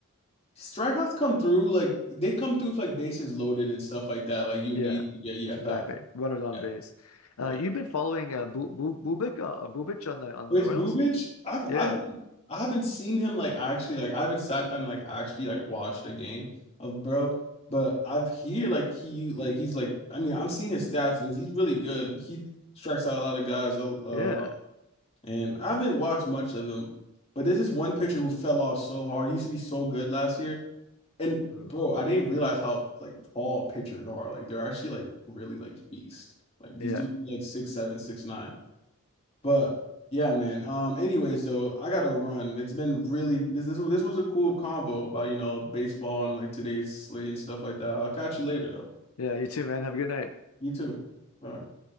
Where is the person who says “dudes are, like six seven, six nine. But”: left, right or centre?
Left